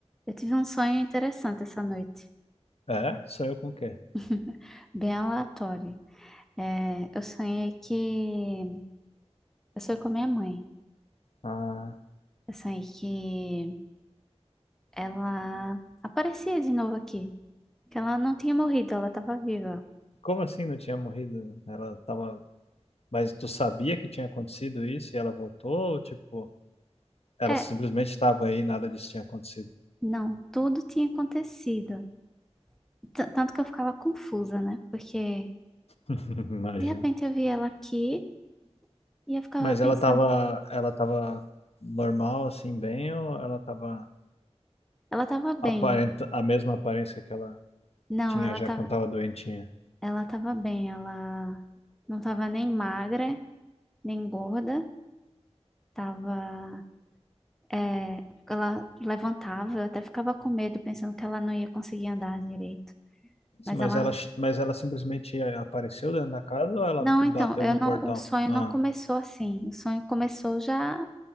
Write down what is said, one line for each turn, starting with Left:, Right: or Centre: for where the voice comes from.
Centre: Eu tive um sonho interessante essa noite,
Left: É? Sonhou com o quê?
Centre: <laughs> bem aleatório. É, eu sonhei que. Eu sonhei com a minha mãe.
Left: Ah,
Centre: Eu sonhei que ela aparecia de novo aqui. Que ela não tinha morrido, ela estava viva.
Left: Como assim não tinha morrido? Ela tava. Mas tu sabia que tinha acontecido isso e ela voltou? Ou, Tipo, ela
Centre: É,
Left: simplesmente estava aí e nada disso tinha acontecido.
Centre: não, tudo tinha acontecido. T- tanto que eu ficava confusa, né? Porque
Left: <laughs> imagina.
Centre: de repente eu vi ela aqui e eu ficava
Left: Mas
Centre: pensando,
Left: ela tava. Ela tava normal, assim, bem, ou ela tava
Centre: ela estava bem.
Left: aparenta... a mesma aparência que ela
Centre: Não,
Left: tinha
Centre: ela
Left: já
Centre: tá,
Left: quando tava doentinha?
Centre: ela estava bem, ela não estava nem magra, nem gorda. Tava, é, ela levantava, eu até ficava com medo, pensando que ela não ia conseguir andar direito. Mas
Left: Mas
Centre: ela,
Left: ela, mas ela simplesmente apareceu dentro da casa ou ela
Centre: não,
Left: bateu
Centre: então, eu
Left: no portão?
Centre: não, o sonho
Left: Ah,
Centre: não começou assim. O sonho começou já